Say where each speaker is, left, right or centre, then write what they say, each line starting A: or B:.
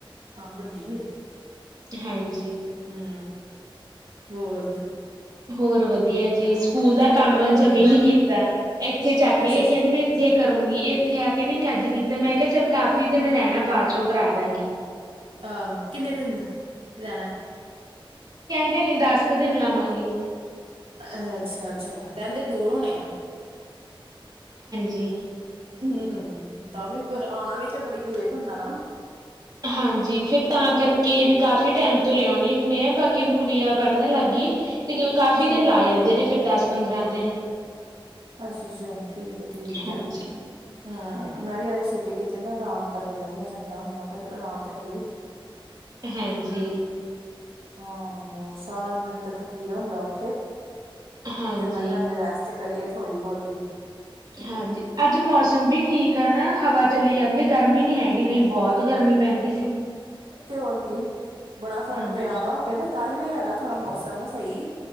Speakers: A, on the right; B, on the right.
A: ਵੱਡੀ ਹੈ ਹੂੰ।
B: ਹਾਂਜੀ
A: ਹੋਰ
B: ਹੋਰ ਵਧੀਆ ਜੀ ਸਕੂਲ ਦਾ
A: ਮੈਂ
B: ਕੰਮ
A: ਵੀ ਮੰਮੀ
B: ਜਮੀ
A: ਨੇ
B: ਨੀ ਕੀਤਾ ਇੱਥੇ ਚੱਕ
A: ਅੱਛਾ-ਅੱਛਾ-ਅੱਛਾ
B: ਲਿਆਈ ਕਹਿੰਦੀ ਮੈਂ ਇੱਥੇ ਕਰੂੰਗੀ ਇੱਥੇ ਆ ਕੇ ਵੀ ਨੀ ਅੱਜ ਕੀਤਾ ਮੈਂ? ਕਿਹਾ ਚੱਲ ਕਾਫੀ ਦਿਨ ਰਹਿਣਾ ਬਾਅਦ 'ਚੋਂ ਕਰਾਂਦਾਗੀ
A: ਅਹ ਕਿੰਨੇ ਦਿਨ ਰਹਿਣਾ
B: ਹਿੰਦੇ ਨੇ ਦਸ ਕੁ ਦਿਨ ਲਾਵਾਂਗੇ।
A: ਅ ਅੱਛਾ ਅੱਛਾ ਰਹਿੰਦੇ ਦੂਰ ਹੋਣੇ ਆ?
B: ਜੀ।
A: ਹੂੰ ਤਾਂਵੀ ਫਿਰ ਆਣਾ ਵੀ ਤੇ ਬੜੀ ਲੇਟ ਹੁੰਦਾ ਨਾ।
B: ਹਾਂਜੀ ਫਿਰ ਤਾਂ ਕਰਕੇ? ਕਰਕੇ ਵੀ ਕਾਫ਼ੀ ਟਾਈਮ ਤੋਂ ਲਿਆਉਣੇ ਹੁੰਦੇ ਆ ਬਾਕੀ ਹੁਣ ਗੁਡੀਆਂ ਪੜ੍ਹਨ ਲਾਗੀ ਤੇ ਉਹ ਕਾਫੀ
A: ਅੱਛਾ,
B: ਦਿਨ ਲਾ ਜਾਂਦੇ ਨੇ ਫਿਰ ਦਸ ਪੰਦਰਾਂ ਦਿਨ।
A: ਅੱਛਾ ਅੱਛਾ ਠੀਕ ਹੈ ਠੀਕ
B: ਹਾਂਜੀ।
A: ਹੈ ਹੂੰ। ਮੈਂ ਵੀ ਅੱਜ ਛੁੱਟੀ ਕੀਤੀ ਤੇ ਆਰਾਮ ਕਰਨ ਦਈ ਆ ਚੰਗਾ ਮੈਂ ਕਿਹਾ ਆਰਾਮ ਤਾ ਕਰੀਏ।
B: ਹਾਂਜੀ।
A: ਹਾਂ ਹੋਰ? ਸਾਰਾ ਦਿਨ ਤੇ ਥੱਕੀ ਦਾ ਹੁੰਦਾ ਉੱਥੇ?
B: ਹਾਂਜੀ
A: ਤੇ ਮੈਂ ਕਿਹਾ ਅੱਜ ਰੈਸਟ ਕਰੀਏ ਥੋੜ੍ਹੀ ਬਹੁਤੀ। ਦੀ।
B: ਹਾਂਜੀ ਅੱਜ ਮੌਸਮ ਵੀ ਠੀਕ ਆ ਨਾ ਹਵਾ ਚੱਲੀ ਜਾਂਦੀ? ਅੱਜ ਗਰਮੀ ਨੀ ਹੈਗੀ ਨਹੀਂ ਬਹੁਤ ਗਰਮੀ ਪੈਂਦੀ ਸੀ।
A: ਤੇ ਹੋਰ ਕੀ ਬੜਾ ਫ਼ਰਕ
B: ਹਾਂਜੀ
A: ਪਿਆ ਵਾ ਕਹਿੰਦੇ ਕੱਲ? ਕੱਲ ਵੀ ਹੈਗਾ ਥੋੜਾ ਮੌਸਮ ਸਹੀ।।